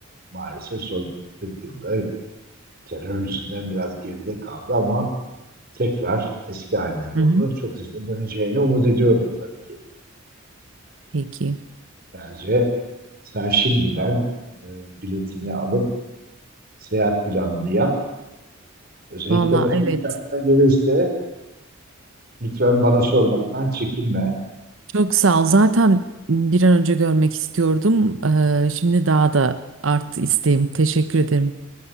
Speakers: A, on the right; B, on the right.
A: maalesef son 40 yılda terör yüzünden biraz geride kaldı ama tekrar eski haline doğru
B: Hı hı.
A: çok hızlı döneceğini umut ediyorum tabii ki.
B: Peki.
A: Bence sen şimdiden e, biletini alıp seyahat planını yap. Özellikle
B: Valla
A: başka
B: evet.
A: bir şey aklına gelirse lütfen bana sormaktan çekinme.
B: Çok sağ ol.
A: Ee,
B: Zaten bir an önce görmek istiyordum. Ee, şimdi daha da arttı isteğim. Teşekkür ederim.